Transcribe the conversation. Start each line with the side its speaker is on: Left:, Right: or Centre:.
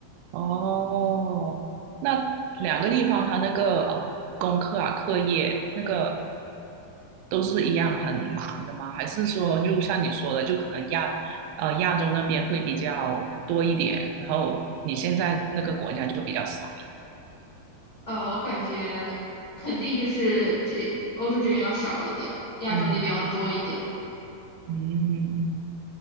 Right: 哦，那两个地方它那个嗯功课啊课业那个都是一样很忙的吗？还是说就像你说的，就可能亚呃亚洲那边会比较多一点，然后你现在那个国家就比较少？
Left: 呃，我感觉肯定就是这欧洲这边要少一点儿，亚洲那边要多一点儿。
Right: 嗯嗯。